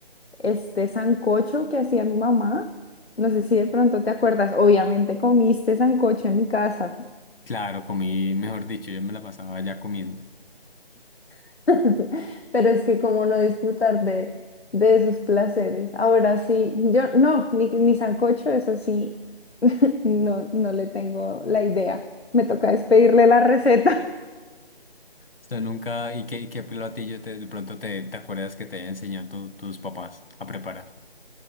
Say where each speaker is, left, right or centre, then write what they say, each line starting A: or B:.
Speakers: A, on the left; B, on the left.
A: este sancocho que hacía mi mamá, no sé si de pronto te acuerdas, obviamente comiste sancocho en mi casa.
B: Claro, comí, mejor dicho, yo me la pasaba allá comiendo.
A: <laughs> Pero es que como no disfrutar de, de esos placeres. Ahora sí, yo no, mi, mi sancocho es así, <laughs> no, no le tengo la idea. Me toca despedirle la receta. <laughs>
B: O sea, nunca, ¿y qué, y qué platillo te, de pronto te, te acuerdas que te haya enseñado tu- tus papás a preparar?